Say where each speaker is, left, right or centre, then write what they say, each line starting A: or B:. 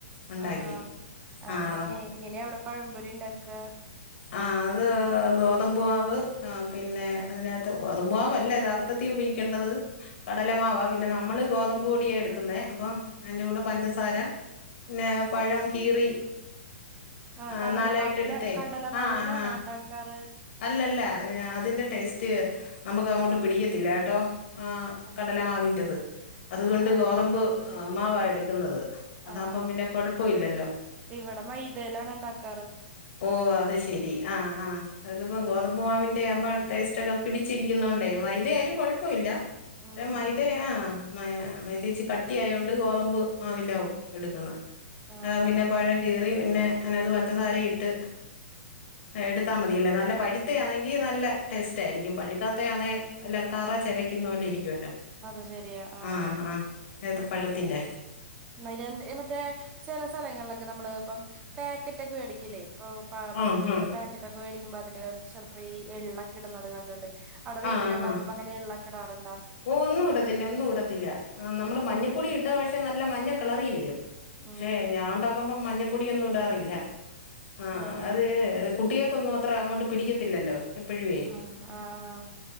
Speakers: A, on the left (about 60°); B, on the right (about 15°).
A: ഉണ്ടാക്കി
B: ആ ആഹ് ആ
A: ആഹ്
B: ഏ ഇങ്ങനെയ അവിടെ പഴമ്പൊരുണ്ടക്ക്
A: ആഹ് അത് ഗോതമ്പുവാവ് ആ പിന്നെ അതിനകത്ത് ഗോതമ്പുവാവ്ല്ലേ യഥാർത്ഥത്തി ഉപയോഗിക്കേണ്ടത് കടലമാവ പിന്നെ നമ്മള് ഗോതമ്പ് പൊടിയാണ് എടുക്കുന്നേ അപ്പ അതിന്റെ കൂടെ പഞ്ചസ പിന്നെ പഴം കീറി
B: ആ്
A: ആഹ്
B: കടലമാവില
A: നാലായിട്ടെടുത്തേ
B: കടലമാവിലാണോ
A: ആഹ് ആഹ്
B: ഉണ്ടാക്കാറ്
A: അല്ലല്ല അതിന്റെ ടേസ്റ്റ് നമുക്ക് അങ്ങോട്ട് പിടിക്കത്തില്ല കേട്ടോ ആ
B: ആഹ്
A: കടല മാവിൻറത് അതുകൊണ്ട്
B: ആഹ് ആഹ്
A: ഗോതമ്പ്് മാവ എടുക്കുന്നത് അതാകുമ്പം
B: ആഹ് ആഹ്
A: പിന്നെ കൊഴപ്പ ഇല്ലല്ലോ
B: ഇവിടെ മൈദയിലാണ് ഉണ്ടാക്കാറ്
A: ഓ അത് ശരി ആഹ ആഹ അതിപ്പോം ഗോതമ്പ് മാമാവിൻന്റെ ആകുമ്പോ ടേസ്റ്റ് ഒക്കെ പിടിച്ചിരിക്കുന്ന കൊണ്ടേ ഇത ആായാലും കുഴപ്പമ ഇില്ല
B: ഉം
A: േ മ
B: ഉം
A: ഇതദേ ആ മ മൈത്തേച്ച കട്ടി ആയതോൊണ്ട് ഗോതമ്പ് മാവില എടുക്കുന്നത്
B: ആഹ്
A: ആ പിന്നെ
B: ആഹ്
A: പഴം കീറി പിന്നെ അതിനത് പഞ്ചസാര ഇട്ട് എടുത്താൽ മതി മതില്ലേ നല്ല പഴുത്ത ആണെങ്കിൽ നല്ല ടേസ്റ്റ് ആയിരിക്കും പഴുക്കാത്ത ആണ അല്ല കറ ചെവക്കുന്ന പോലെ ഇരിക്കും ോ
B: അത് ശെരിയാ ആഹ്
A: ആഹ ആ ഏത് പഴത്തിന്റെ
B: നര മറ്റേ ചില സ്ഥലങ്ങളിലൊക്കെ നമ്മള് ഇപ്പം പാക്കറ്റ ഒക്കെ മേടിക്കല്ലേ ഇപ്പൊ പ പഴംപൊരിയുടെ
A: ഉം ഉം.
B: പാക്കറ്റൊക്കെ മേടിക്കുമ്പോ അതില് ചിലപ്പോ ഈ എള്ളൊക്കെ ഇടുന്നത് കണ്ടിണ്ട് അവിടെ വീട്ടിലുണ്ടാക്കകുമ്പോ
A: ആ ആ.
B: അങ്ങനെ ഉെള്ള കിടാറുണ്ടാവും
A: ഓ ഒന്നും വിടത്തില്ല ഒന്നും വിടത്തില്ല നമ്മൾ
B: ഉം
A: മഞ്ഞപ്പൊടി ഇട്ട പക്ഷെ നല്ല മഞ്ഞ കളറി വരും
B: ഉം
A: പക്ഷെ ഞാൻ ഉണ്ടോാക്കുമ്പോ മഞ്ഞപ്പൊടിയൊന്നും ഇടാറില്ല ആ
B: ആഹ്
A: അത് കുട്ടികൾക്കൊന്നും അത്ര അങ്ങോട്ട് പിടിക്കത്തില്ലല്ലോ എപ്പോഴേ
B: ആഹ് ആഹ് ആഹ്